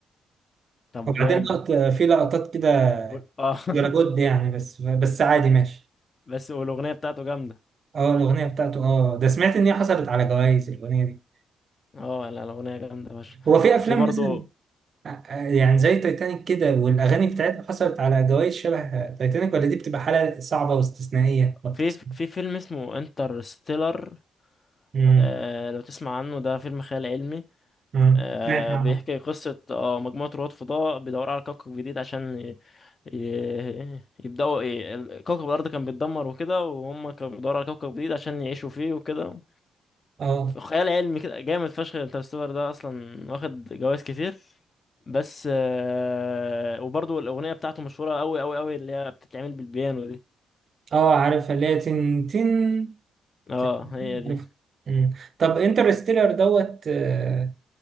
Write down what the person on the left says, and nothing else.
طب
جامد
وال- اه <laughs>
بس والاغنيه بتاعته جامده
اه لا الاغنيه جامده يا باشا
في برضه
في في فيلم اسمه انترستيلر
آه... لو تسمع عنه ده فيلم خيال علمي
آه،
بيحكي قصة اه مجموعة رواد فضاء بيدوروا على كوكب جديد عشان ي... ي... يبدأوا ي... ال- كوكب الأرض كان بيتدمر وكده وهم كانوا بيدوروا على كوكب جديد عشان يعيشوا فيه وكده
خيال علمي كده جامد فشخ انترستيلر ده أصلا واخد جوائز كتير بس آه، وبرضه الأغنية بتاعته مشهورة أوي أوي أوي اللي هي بتتعمل بالبيانو دي
اه
هي دي